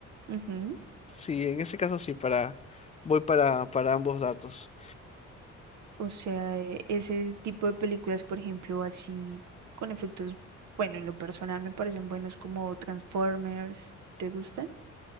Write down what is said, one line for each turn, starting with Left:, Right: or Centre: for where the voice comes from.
Right: Ujú.
Left: Sí, en ese caso sí, para, voy para, para ambos datos.
Right: O sea, eh, ese tipo de películas, por ejemplo, así con efectos, bueno, en lo personal me parecen buenos como Transformers, ¿te gustan?